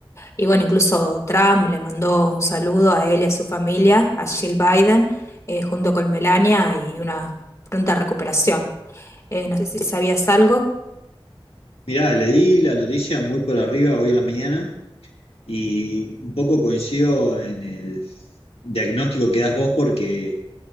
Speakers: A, on the left; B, on the left.
A: Y bueno, incluso Trump le mandó un saludo a él y a su familia, a Jill Biden, eh, junto con Melania y una pronta recuperación. Eh, no sé si sabías algo.
B: Mirá, leí la noticia muy por arriba hoy a la mañana y un poco coincido en el diagnóstico que das vos porque